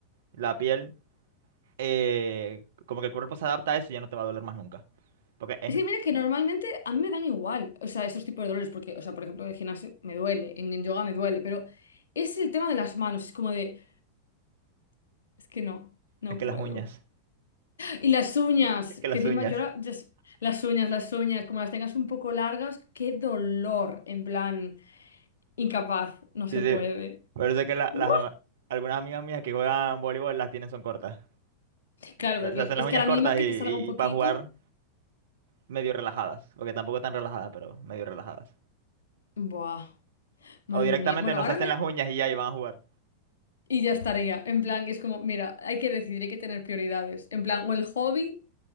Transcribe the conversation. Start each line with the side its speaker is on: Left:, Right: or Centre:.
Right: la piel, eh, como que el cuerpo se adapta a eso y ya no te va a doler más nunca. Porque es,
Left: Es que mira que normalmente a mí me dan igual. O sea, esos tipos de dolores, porque, o sea, por ejemplo, en el gimnasio me duele, en el yoga me duele, pero es el tema de las manos. Es como de, es que no, no
Right: es que
Left: puedo.
Right: las uñas,
Left: Y las uñas,
Right: es que las
Left: que encima
Right: uñas.
Left: yo la- yas- las uñas, las uñas, como las tengas un poco largas, qué dolor, en plan, incapaz, no se
Right: Sí, sí.
Left: puede.
Right: Por eso es que la-
Left: Uf.
Right: las, ama- algunas amigas mías que juegan voleibol las tienen son cortas.
Left: Claro,
Right: Se,
Left: porque
Right: se hacen
Left: es
Right: las uñas
Left: que a la
Right: cortas
Left: mínima que
Right: y,
Left: te salga un poquito,
Right: y, para jugar medio relajadas. Porque tampoco tan relajadas, pero medio relajadas.
Left: buah, madre
Right: O directamente
Left: mía. Bueno,
Right: no
Left: ahora
Right: se hacen
Left: me...
Right: las uñas y ya y van a jugar
Left: Y ya estaría, en plan, es como, mira, hay que decidir, hay que tener prioridades, en plan, o el hobby